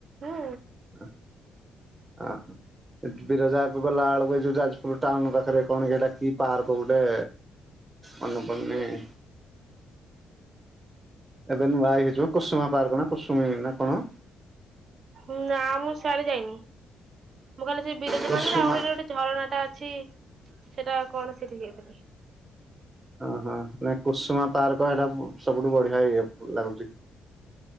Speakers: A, on the right; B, on the right.
A: ହୁଁ
B: <unintelligible> ବିରଜାକୁ ଗଲା ବେଳକୁ ଯୋଉ ଯାଜପୁର ଟାଉନ ପାଖରେ କଣକିଟା କି ପାର୍କ ଗୋଟେ? ମନେପଡୁନି? ଏବେ ନୁଆଇ ହେଇଯିବ କସୁମା ପାର୍କ ନା କୁସୁମୀ ନା କଣ?
A: ଉଁ ନା ମୁଁ ସଆରେ ଯାଇନି। ମୁଁ ଖାଲି ସେ ବିରଜା
B: କୁସୁମା
A: ମାନରେ ଆଉ ଗୋଟେ ଝରଣା ଟା ଅଛି ସେଟା କଣ ସେଠିକି ଯାଇ
B: ଓହୋ ନାଇ କୁସୁମା ପାର୍କ ଏଇଟା ସବୁଠୁ ବଢିଆ ଇଏ ଲାଗୁଛି।